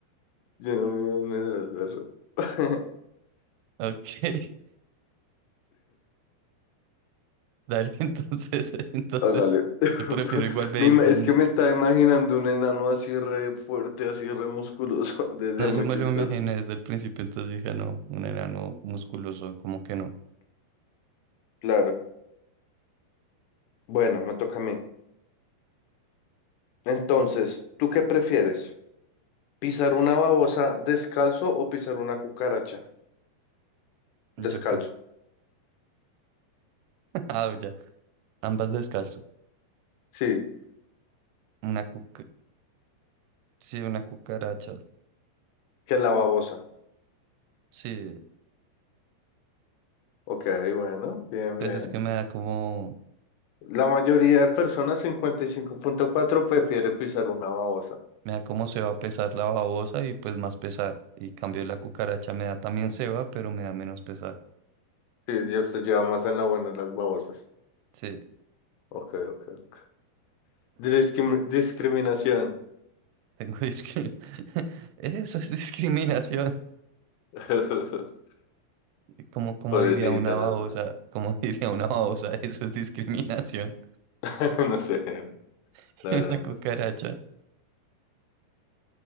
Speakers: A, on the left; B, on the right.
A: Yo no mido dos metros, perro. <laughs>
B: Ok, <laughs> dale, entonces, <laughs> entonces,
A: Hágale. <laughs>
B: yo prefiero igual medir
A: Me ima-
B: dos
A: Es
B: metros.
A: que me estaba imaginando un enano así re fuerte, así re musculoso. <laughs> Debe
B: No,
A: ser
B: yo
A: muy
B: me
A: chistoso.
B: lo imaginé desde el principio, entonces dije, no, un enano musculoso, como que no.
A: Claro. Bueno, me toca a mí. Entonces, ¿tú qué prefieres? ¿Pisar una babosa descalzo o pisar una cucaracha?
B: Yo
A: Descalzo.
B: creo, <laughs> ah, ya, ambas descalzo.
A: Sí,
B: Una cuca, sí, una cucaracha,
A: que la babosa.
B: sí,
A: Ok, bueno, bien,
B: pues
A: bien.
B: es que me da como,
A: La mayoría de personas, cincuenta y cinco punto cuatro prefiere pisar una babosa.
B: me da como se va a pesar la babosa y pues más pesar. Y cambio la cucaracha me da también se va, pero me da menos pesar.
A: Sí, ya usted lleva más en la buena las babosas.
B: Sí,
A: Ok, ok, ok. Discrim- discriminación.
B: tengo discriminación. <laughs> Eso es discriminación.
A: <laughs>
B: Como, como
A: Pobrecita,
B: diría una babosa,
A: no,
B: como <laughs> diría una babosa, eso es discriminación.
A: sé, <laughs> no sé,
B: <laughs>
A: la verdad
B: Una
A: no
B: cucaracha.
A: sé.